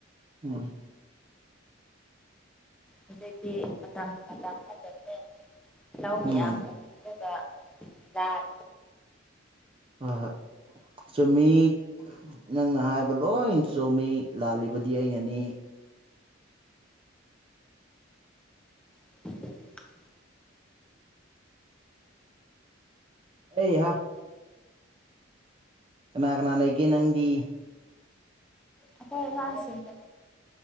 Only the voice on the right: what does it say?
ꯎꯝ꯫
ꯎꯝ
ꯍꯣꯏ ꯍꯣꯏ ꯆꯨꯝꯃꯤ꯫ ꯅꯪꯅ ꯍꯥꯏꯕ ꯂꯣꯏ ꯆꯨꯝꯃꯤ ꯂꯥꯜꯂꯤꯕꯗꯤ ꯑꯩꯅꯅꯤ꯫
ꯑꯩꯍꯥ꯫ ꯀꯅꯥ ꯀꯅꯥ ꯂꯩꯒꯦ ꯅꯪꯗꯤ?